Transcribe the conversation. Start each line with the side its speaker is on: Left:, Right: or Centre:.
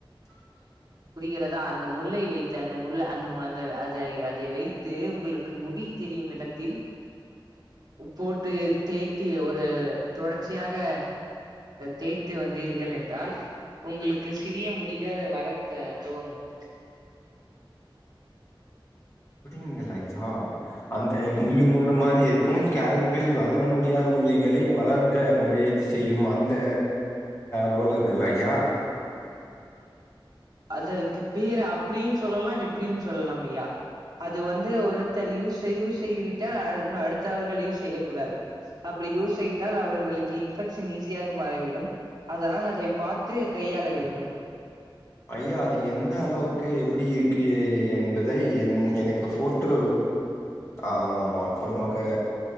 Left: <inaudible>
Right: புரிகிறதா அந்த முல்லை வைத்து அந்த முல் அந்த அந்த அத அதை வைத்து உங்களுக்கு முடி தெரியும் இடத்தில் போட்டு தேய்த்தி ஒரு தொடர்ச்சியாக தேய்த்து வந்தீர்கள் என்றால் உங்களுக்கு சிறிய முடிக வரத்த துவங்கும்
Left: <inaudible> அப்டிங்கலா ஐயா அந்த முள்ளு முள்ளு மாரி இருக்கும் ஸ்கேபில் வளர முடியாத முடிகளை வளர்க்க முயர்ச்சி செய்யும் அந்த ரோலர்கள ஐயா
Right: அதற்கு பேரு அப்படியும் சொல்லலாம் இப்படியும் சொல்லலாம் ஐயா அது வந்து ஒருத்தர் யூஸ் யூஸ் செய்ய விட்டால் அடுத்தவர்கள் யூஸ் செய்யக் கூடாது அப் ப்படி யூஸ் செய்தால் அவர்களுக்கு இன்ஃபெக்ஷன் ஈஸியாக பரவிடும் அதனால் அதை பார்த்து கையாள வேண்டும்
Left: ஐயா அது எந்த அளவுக்கு எப்படி இருக்கு என்ப தை என் எனக்கு போட்டோ அ அப்புறமாக